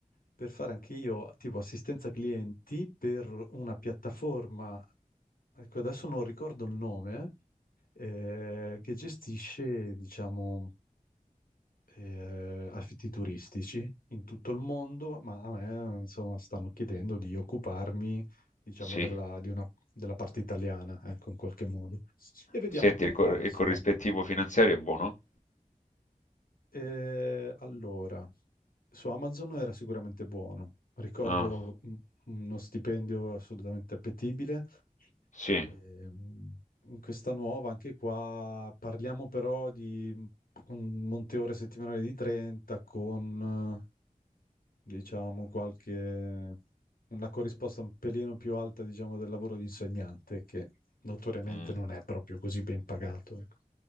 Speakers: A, on the left (about 85°); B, on the left (about 60°).
A: per fare anche io tipo assistenza clienti per una piattaforma, ecco adesso non ricordo il nome, eh, che gestisce, diciamo, eh, affitti turistici in tutto il mondo, ma a me, insomma, stanno chiedendo di occuparmi, diciamo,
B: sì.
A: della, di una- della parte italiana, ecco, in qualche modo. E vediamo
B: Senti,
A: come
B: il, cor-
A: va, insomma.
B: il corrispettivo finanziario è buono?
A: Eh, allora, su Amazon era sicuramente buono. Ricordo
B: Ah,
A: un- uno stipendio assolutamente appetibile.
B: sì.
A: Ehm, In questa nuova, anche qua, parliamo però di un monte ore settimanale di 30 con diciamo, qualche, una corrisposta un pelino più alta, diciamo, del lavoro di insegnante, che notoriamente
B: Mm,
A: non è proprio così ben pagato. ecco.